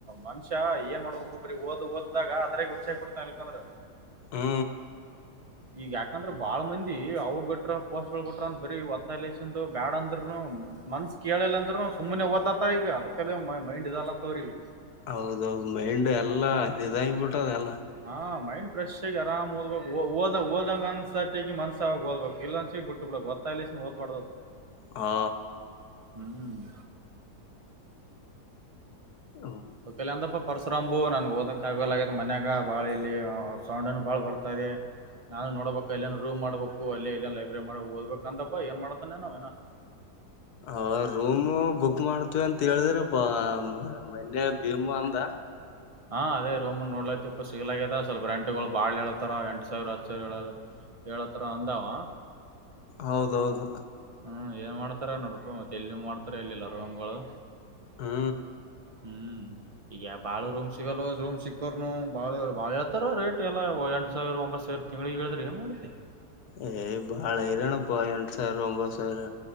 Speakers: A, on the right; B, on the left.
A: ಮನುಷ್ಯ ಏನ್ ಮಾಡ್ಬೇಕು ಬ್ರಿ ಓದ್ ಓದ್ದಾಗ ಅದ್ರಗ್ ಹುಚ್ಚಾಗಿ ಬೀಡ್ತಾನ ಇಲ್ಕಂದ್ರ.
B: ಹಾ
A: ಈಗ ಯಾಕಂದ್ರ ಬಾಳ್ ಮಂದಿ ಅವು ಬಿಟ್ರ ಪೋಸ್ಟ್ ಗಳು ಬಿಟ್ರ ಅಂತ ಬರೀ ಒತ್ತಾಸಂದು ಬ್ಯಾಡ ಅಂದ್ರನು. ಮನ್ಸ್ ಕೇಳಿಲ್ಲ ಅಂದ್ರ ಸುಮ್ಮನೆ ಓದ್ಲತ್ತ ಈಗ ಅದ್ಲ್ಲಿ ಮೈಂಡ್ ಇದ್ದಲತ್ತವ್ರಿಗೆ.
B: ಹೌದೌದು ಮೈಂಡ್ ಎಲ್ಲ ಇದಾಗಿಬಿಟ್ಟದೆ ಎಲ್ಲ.
A: ಹಾ ಮೈಂಡ್ ಫ್ರೆಶ್ ಆಗ ಆರಾಮ್ಓದ್ಬೇಕ ಓದಓದಂಗ ಅನ್ಸರ್ಟಗ ಮನ್ಸ್ಸ ಆಾಗ ಓದ್ಬೇಕ ಇಲ್ಲ ಅಂದಸ ಬಿಟ್ಟು ಬಿಡಕ್ತ್ತ. ಒತ್ತಾಯಿಸಿ ಓದ ಬಾರದ
B: ಹಾ
A: ಹ್ಮ್
B: ಹ
A: ಕಲ ಅಂದಪ್ಪ ಪರ್ಸ್ರಂಬು ನನ್ಗ್ ಓದಕ್ ಆಗಲ ಆಗೈತ್ ಮನ್ಯಾಗ ಬಾಳ ಇಲ್ಲಿ ಸೌಂಡ್ನ್ ಬಾಳ್ ಬರ್ತದೆ. ನಾನು ನೋಡ್ಬೇಕ ಅಲ್ಲಿೇನ್ ರೂಮ್ಬೇಕು ಅಲ್ಲಿ ಇಲ್ಲಿನ್ ಲೈಬ್ರರಿ ಮಾಡ ಓದ್ಬೇಕ ಅಂತಾ ಏನ್ ಮಾಡ್ತಾನೇ ನೋ ಏ.
B: ಅವ ರೂಮ್ ಬುಕ್ ಮಾಡ್ತಿವಿ ಅಂತ ಹೇಳಿದ್ರ ಪ ಮೊನ್ನೆ ಭೀಮು ಅಂದ.
A: ಹಾ ಅದೇ ರೂಮ್ ನೋಡ್ಲತಿ ಇಪ್ಪ ಸಿಗ್ಲಾಗದ ಸ್ವಲ್ಪ ರೆಂಟ್ ಗಳು ಬಾಳ ಹೇಳಳ್ತಾರ ಎಂಟು ಸಾವಿರ ಹತ್ತ ಸಾವಿರ ಹೇಳ. ಹೇಳತ್ರ ಅಂದಾವ
B: ಹೌದೌದು
A: ಹ್ಮ್ ಏನ್ ಮಾಡ್ತಾರ ನೋಡಪ್ಪ ಮತ್ತೆ ಎಲ್ಲಿ ಮಾಡ್ತಾರ ಎಲ್ಲಿಲ್ಲ ರೂಮ್ಗೋಳು.
B: ಹಾ
A: ಹ್ಮ್ ಈಗ ಬಾಳ ರೂಮ್ ಸಿಗಲ್ ರೂಮ್ ಸಿಕ್ಕೋರ್ನು ಬಾಳ ಬಾಳ ಹೇತಾರ ರೇಟ್ ಎಲ್ಲಾ ಎಂಟು ಸಾವಿರ ಒಂಬತ್ತು ಸಾವಿರ. ತಿಂಗಳಿಗೆ ಹೇಳ್ದ್ರ ಏನ ಮಾಡುತ್ತೆ
B: ಏಯ್ ಬಾಳ ಹೈರಾನಪ ಎಂಟು ಸಾವಿರ ಒಬಂತು ಸಾವಿರ.